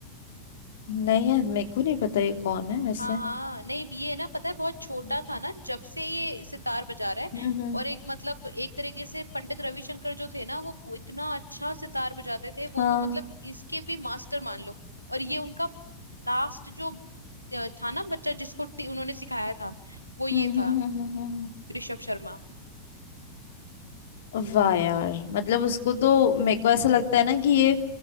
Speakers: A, on the left; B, on the right.
A: नहीं है मेरे को नहीं पता ये कौन है वैसे
B: हाँ हाँ नहीं ये है ना पता है बहुत छोटा
A: हम्म
B: था ना जब से ये सितार बजा रहा है
A: हम्म
B: और एक मतलब एक तरीके से पंडित रविशंकर जो थे ना वो वो इतना अच्छा सितार बजाते थे वो
A: हाँ
B: तो मतलब इसके भी मास्टर मान लो और ये उनका लास्ट जो अ, था ना बच्चा जिसको टी- उन्होंने सिखाया था वो ये
A: हम्म
B: था
A: हम्म हम्म हम्म हम्म,
B: ऋषभ शर्मा
A: हम्म। वाह यार मतलब उसको तो मेरे को ऐसा लगता है ना कि ये